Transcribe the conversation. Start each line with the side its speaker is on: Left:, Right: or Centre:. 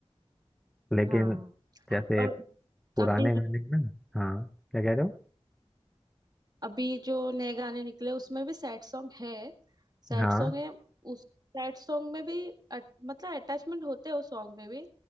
Centre: लेकिन
Right: हाँ
Centre: जैसे
Right: और
Centre: पुराने
Right: अभी
Centre: गाने हैं ना हाँ क्या कह रहे हो
Right: अभी जो नए गाने निकले उसमें भी सैड सॉन्ग है सैड
Centre: हाँ
Right: सॉन्ग है उस सैड सॉन्ग में भी अट, मतलब अटैचमेंट होते हैं उस सॉन्ग में भी